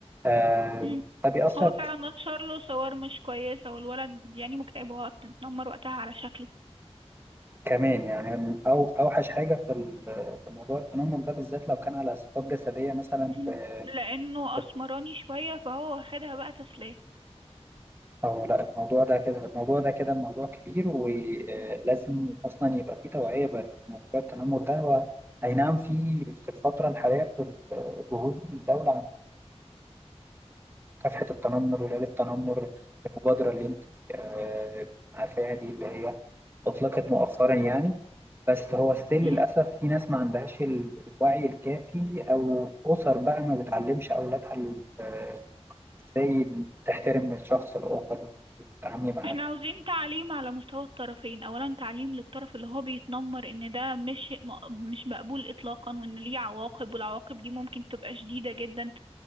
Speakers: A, on the right; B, on the right.
A: آه،
B: مم.
A: ده بيأثر
B: هو فعلا نشر له صور مش كويسه والولد يعني مكتئب واتنمر وقتها على شكله
A: كمان يعني أو أوحش حاجة في ال- في موضوع التنمر ده بالذات لو كان على صفات جسدية مثلا
B: مم.
A: في
B: لانه
A: في-
B: اسمراني شويه فهو واخدها بقى تسليه
A: أو لا الموضوع ده كده الموضوع ده كده موضوع كبير ولازم أصلا يبقى فيه توعية بموضوع التنمر ده هو أي نعم في في الفترة الحالية في ال- جهود من الدولة عن مكافحة التنمر وليلة التنمر المبادرة اللي أنت آه، عارفاها دي اللي هي أطلقت مؤخرا يعني بس هو ستيل
B: مم.
A: للأسف في ناس ما عندهاش ال- الوعي الكافي أو أسر بقى ما بتعلمش أولادها ال- آه، إزاي تحترم الشخص الآخر وتتعاملي معاه
B: احنا عاوزين تعليم على مستوى الطرفين اولا تعليم للطرف اللي هو بيتنمر ان ده مش م- مش مقبول اطلاقا وان ليه عواقب والعواقب دي ممكن تبقى شديدة جدا